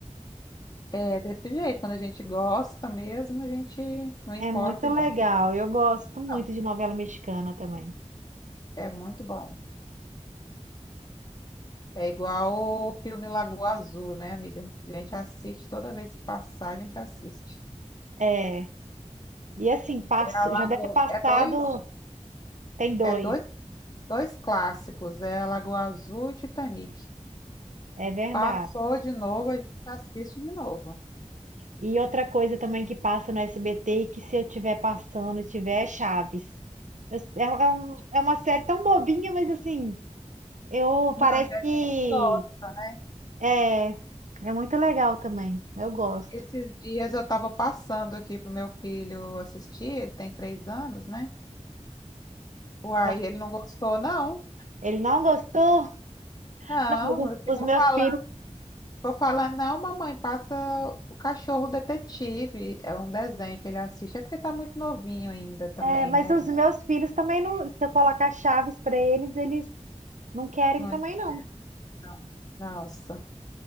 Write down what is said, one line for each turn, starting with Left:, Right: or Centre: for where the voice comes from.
Left: É desse jeito, quando a gente gosta mesmo, a gente não importa
Right: É muito legal.
Left: de. ninguém.
Right: Eu gosto muito
Left: Não,
Right: de novela mexicana também.
Left: é muito bom. É igual o filme Lagoa Azul, né, amiga? A gente assiste toda vez que passar, a gente assiste.
Right: É. E assim, passo,
Left: É a Lagoa,
Right: já deve ter passado.
Left: é dois,
Right: Tem dois,
Left: é dois, dois clássicos, é a Lagoa Azul e Titanic.
Right: é verdade.
Left: Passou de novo, a gente assiste de novo.
Right: E outra coisa também que passa no SBT e que se eu estiver passando, tiver é Chaves. Eu- é, é um- é uma série tão bobinha, mas assim, eu
Left: Não,
Right: parece
Left: ainda
Right: que
Left: tem gosta, né?
Right: é, é muito legal também. Eu gosto.
Left: Esses dias eu estava passando aqui pro meu filho assistir, ele tem três anos, né? Uai,
Right: tá?
Left: ele não gostou, não.
Right: Ele não gostou?
Left: Não,
Right: Não, mas os,
Left: eu fico
Right: os meus
Left: falando,
Right: filhos,
Left: ficou falando, não, mamãe, passa o cachorro detetive. É um desenho que ele assiste, é porque tá muito novinho ainda também,
Right: é, mas
Left: né?
Right: os meus filhos também não,
Left: É,
Right: se eu colocar Chaves para eles, eles não querem
Left: Muito,
Right: também não.
Left: não. Nossa,